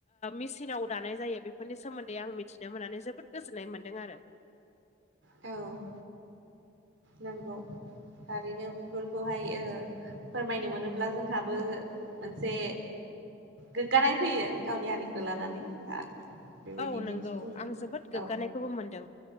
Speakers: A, on the left; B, on the right.
A: मेसिनाव दानाय जायो बेफोरनि सोमोन्दै आं मिथिनो मोननानै जोबोद गोजोननाय मोन्दों आरो।
B: औ नंगौ थारैनो बेफोरखौहाय फोरमायनो मोनोब्ला जोंहाबो मोनसे गोग्गानाय फैयो गावनि हारिखौ लानानै आरो बेबायदि
A: औ नंगौ
B: दिन्थिफुंनो
A: आं जोबोद गोग्गानायखौबो
B: औ
A: मोनदों।